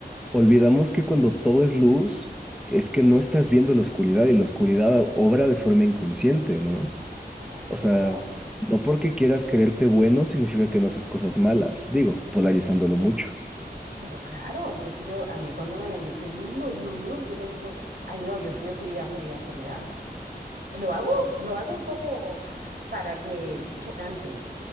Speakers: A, in the centre; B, on the right (about 65°).
A: Olvidamos que cuando todo es luz, es que no estás viendo la oscuridad y la oscuridad obra de forma inconsciente, ¿no?
B: correcto.
A: O sea, no porque quieras creerte bueno significa que no haces cosas malas, digo, polarizándolo mucho.
B: Pero claro, entonces yo, a mí cuando me leen, yo soy luz, luz, luz, luz, yo le digo, ay, no, yo soy oscuridad, oscuridad, oscuridad. Lo hago, lo hago un poco para que chocante,